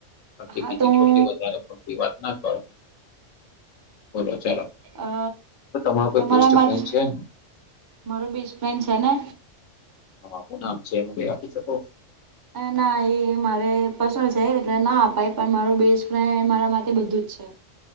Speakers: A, on the left; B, on the right.
A: બાકી
B: હા
A: બીજી
B: તો હું
A: ખોટી વધારે પતી વાત ના કરો. બોલો ચાલો,
B: અ
A: તમારો કોઈ
B: તમારા
A: બેસ્ટ
B: માટ
A: ફ્રેન્ડ છે.
B: મારો બેસ્ટ ફ્રેન્ડ છે ને.
A: હા, હું નામ છે એનું કઈ આપી શકો.
B: ના એ મારે પર્સનલ છે, એટલે ના અપાય પણ માર બેસ્ટ ફ્રેન્ડ મારા માટે બધું જ છે.